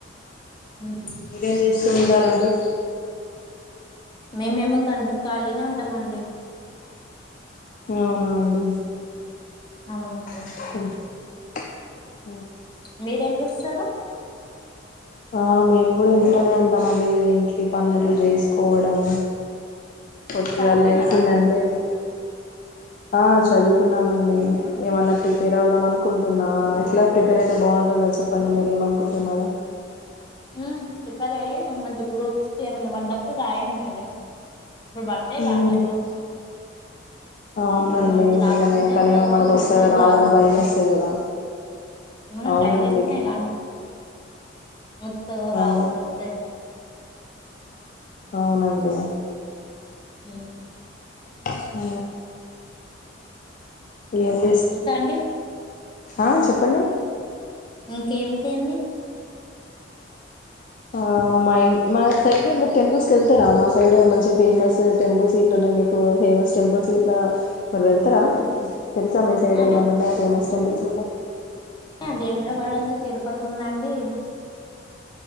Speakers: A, on the left (about 25°); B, on the left (about 45°).
A: మ్మ్
B: మీరేం చేస్తూ ఉంటారన్ అండి
A: మేమేము ఉందండి ఖాళీనే ఉంటామండి
B: అవునా అండి
A: అవునండి
B: స
A: మీరు ఏం చే సరే
B: ఆ మేము కూడా ఇంట్లోనే ఉంటామండి ఇంటిలో పన్నులు చేసుకోవడం పొద్దు
A: చదువుకున్నారా
B: గాల లేసిందంటే
A: అండి
B: ఆ చదువుకున్నామండి ఏమన్నా ప్రిపేర్ అవుదాం అనుకుంటున్నా ఎట్లా ప్రిపేర్ అయితే బాగుంటందా చెప్పండి మీరు ఏమనుకుంటున్నరో
A: ఉమ్ చెప్పారు అయి మంచిగా గ్రూప్స్ ఏమైనా పడ్డప్పుడు రాయండి అనేసి ఇప్పుడు పడతాయి గా
B: ఉమ్
A: అన్ని గ్రూప్స్
B: అవునండి
A: మంచి రాసుకుంటే
B: నిజమే కానీ
A: చదువుకుంటే
B: మనకు వస్తదా
A: మంచి
B: రాద
A: జాబ్
B: అని
A: వస్తది
B: భయమేస్తది కదా
A: మనం
B: అవునండి
A: ట్రై చేస్తేనేగా వస్తదోరాదో
B: అవును
A: తేలుత్తది
B: అవునండి
A: ఏమ్
B: హమ్ ఏం
A: ఇంకా అండి
B: ఆ చెప్పండి
A: ఇంకేమిటి అండి
B: ఆ మా ఇ మా సైడ్ మీరు టెంపుల్స్కి వెళ్తారా మా సైడ్ మంచి ఫేమస్ టెంపుల్స్ గిట్ల ఉన్నాయి మీకు ఫేమస్ టెంపుల్స్ గిట్లా మరి వెళ్తారా తెలుసా మీ సైడ్
A: ఆ
B: ఏమన్న ఉన్నయా ఫేమస్ టెంపుల్స్ గిట్ల
A: అండి వేములవాడ ఉంది, తిరుపతి ఉందండి.